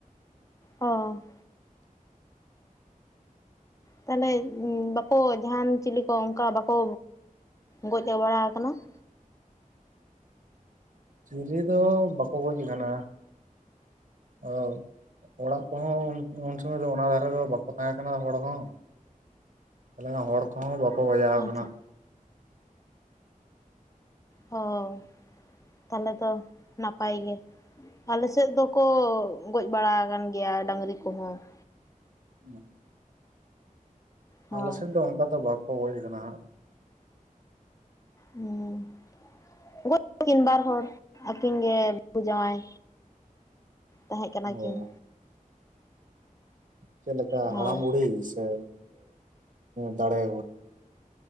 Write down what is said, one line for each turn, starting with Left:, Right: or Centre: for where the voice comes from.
Left: ᱚᱸ ᱛᱟᱦᱚᱞᱮ ᱵᱟᱠᱚ ᱡᱟᱦᱟᱱ ᱪᱤᱞᱤ ᱠᱚ ᱚᱱᱠᱟ ᱵᱟᱠᱚ ᱜᱚᱡ ᱵᱟᱲᱟ ᱟᱠᱟᱱᱟ ᱾
Right: ᱪᱤᱞᱤ ᱫᱚ ᱵᱟᱠᱚ ᱜᱚᱡ ᱟᱠᱟᱱᱟ ᱟᱣ ᱚᱲᱟᱜ ᱠᱚᱦᱚᱸ ᱩᱱ ᱥᱚᱢᱚᱭ ᱫᱚ ᱚᱱᱟ ᱫᱷᱟᱨᱮ ᱫᱚ ᱵᱟᱠᱚ ᱛᱟᱦᱮᱸ ᱠᱟᱱᱟ ᱦᱚᱲ ᱦᱚᱸ ᱾ ᱛᱟᱦᱞᱮ ᱦᱚᱲ ᱠᱚᱦᱚᱸ ᱵᱟᱠᱚ ᱵᱟᱡᱟᱣ
Left: ᱟᱪᱪᱷᱟ
Right: ᱟᱠᱟᱱᱟ ᱾
Left: ᱦᱚᱸ ᱛᱟᱦᱚᱞᱮ ᱫᱚ ᱱᱟᱯᱟᱭ ᱜᱮ ᱾ ᱟᱞᱮᱥᱮᱫ ᱫᱚᱠᱚ ᱜᱚᱡ ᱵᱟᱲᱟ ᱟᱠᱟᱱ ᱜᱮᱭᱟ ᱰᱟᱹᱝᱨᱤ ᱠᱚᱦᱚᱸ ᱾
Right: ᱦᱮᱸ <unintelligible>
Left: ᱦᱳᱭ
Right: ᱟᱞᱮᱥᱮᱫ ᱫᱚ ᱚᱱᱠᱟ ᱫᱚ ᱵᱟᱠᱚ ᱜᱚᱡ ᱟᱠᱟᱱᱟ ᱦᱟᱸᱜ ᱾
Left: ᱦᱮᱸ ᱜᱚᱡᱠᱤᱱ ᱵᱟᱨ ᱦᱚᱲ ᱟᱹᱠᱤᱱ ᱜᱮ ᱵᱟᱹᱦᱩ ᱡᱟᱶᱟᱭ ᱛᱟᱦᱮᱸᱜ ᱠᱟᱱᱟ ᱠᱤᱱ
Right: ᱚ
Left: ᱾
Right: ᱪᱮᱫ ᱞᱮᱠᱟ
Left: ᱦᱳᱭ
Right: ᱦᱟᱲᱟᱢ ᱵᱩᱲᱦᱤ ᱥᱮ ᱫᱟᱲᱮ?